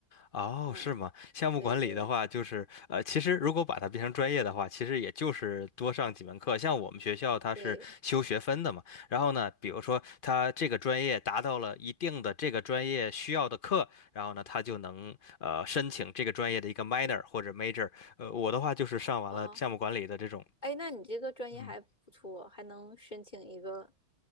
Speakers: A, on the left; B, on the left.
A: 哦，
B: 嗯，
A: 是吗？项目管理的话，
B: 对对对
A: 就是呃，其实如果把它变成专业的话，其实也就是多上几门课。像我们学校它是修学分的嘛，
B: 对，
A: 然后呢，比如说它这个专业达到了一定的这个专业需要的课，
B: 嗯
A: 然后呢，它就能呃申请这个专业的一个 minor 或者 major。呃，我的话就是上完了项目管理的这种。
B: 啊，哎，那你这个专业还不错，
A: 嗯。
B: 还能申请一个